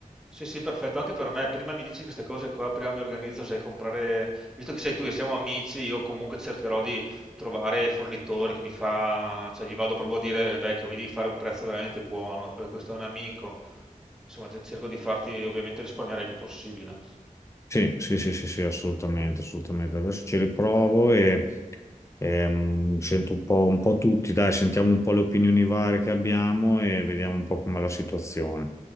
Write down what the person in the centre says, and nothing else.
Sì, sì, perfetto, anche per me. Prima mi dici queste cose qua, prima mi organizzo, sai, comprare, visto che sei tu e siamo amici, io comunque cercherò di trovare il fornitore che mi fa, cioè gli vado proprio a dire, vecchio, mi devi fare un prezzo veramente buono, perché questo è un amico. Insomma, ce- cerco di farti ovviamente risparmiare il più possibile.